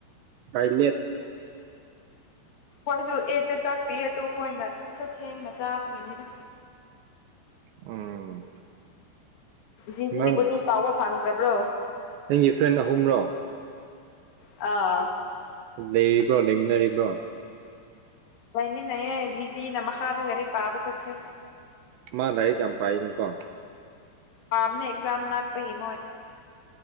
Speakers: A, on the right; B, on the left.
A: ꯇꯥꯏꯂꯦꯠ
B: ꯍꯣꯏꯁꯨ ꯑꯦꯠꯇ ꯆꯥꯛ ꯄꯤꯌꯦ ꯑꯗꯨ ꯑꯩꯈꯣꯏꯅ ꯈꯔ ꯊꯦꯡꯅ ꯆꯥꯕꯒꯤꯅꯤꯗ
A: ꯎꯝ
B: ꯖꯤꯖꯤꯕꯗꯨ
A: ꯅꯪ
B: ꯀꯥꯎꯕ ꯐꯪꯗ꯭ꯔꯕ꯭ꯔꯣ
A: ꯅꯪꯒꯤ ꯐ꯭ꯔꯦꯟ ꯑꯍꯨꯝꯔꯣ
B: ꯑꯥ
A: ꯂꯩꯕ꯭ꯔꯣ ꯂꯩꯃꯤꯟꯅꯔꯤꯕ꯭ꯔꯣ
B: ꯂꯩꯏꯃꯤꯟꯅꯩꯌꯦ ꯖꯤ ꯖꯤꯅ ꯃꯈꯥꯗ ꯂꯩꯔ ꯄꯥꯕ ꯆꯠꯈ꯭ꯔꯦ
A: ꯃꯥ ꯂꯥꯏꯔꯤꯛ ꯌꯥꯝ ꯄꯥꯏꯅꯦꯀꯣ
B: ꯄꯥꯝꯅꯦ ꯑꯦꯛꯖꯥꯝ ꯅꯥꯛꯄꯒꯤ ꯃꯣꯏ